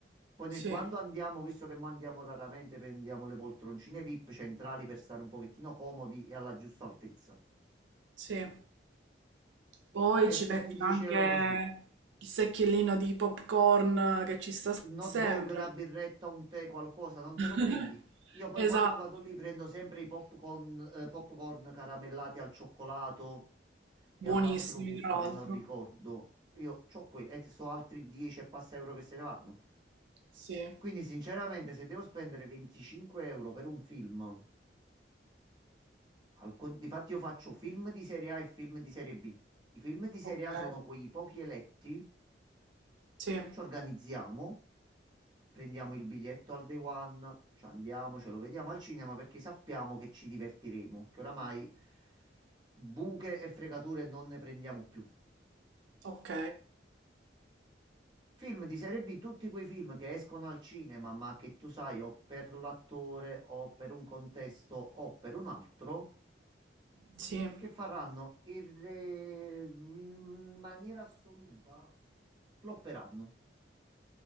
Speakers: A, on the right; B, on the right.
A: Poi noi
B: Sì,
A: quando andiamo, visto che mo andiamo raramente, prendiamo le poltroncine VIP centrali per stare un pochettino comodi e alla giusta altezza.
B: sì. Poi
A: E
B: ci
A: spendi
B: metto
A: 10
B: anche
A: euro così.
B: il secchiellino di popcorn che ci sta sempre.
A: hot dog, una birretta, un tè, qualcosa, non te
B: <laughs>
A: lo prendi? Io poi
B: Esatto,
A: quando vado lì prendo sempre i popcorn, eh, popcorn caramellati al cioccolato e
B: buonissimi
A: all'altro gusto
B: tra l'altro.
A: che non ricordo. Io c'ho quelli e so altri 10 e passa euro che se ne vanno.
B: Sì,
A: Quindi sinceramente se devo spendere 25 euro per un film, al con- difatti io faccio film di serie A e film di serie B. I film di serie
B: ok.
A: A sono quei pochi eletti
B: Sì,
A: ci organizziamo, prendiamo il biglietto al day one, ci andiamo, ce lo vediamo al cinema perché sappiamo che ci divertiremo, che oramai buche e fregature non ne prendiamo più.
B: ok.
A: Film di serie B, tutti quei film che escono al cinema, ma che tu sai o per l'attore o per un contesto o per un altro,
B: Sì.
A: che faranno irre- in maniera assoluta, flopperanno.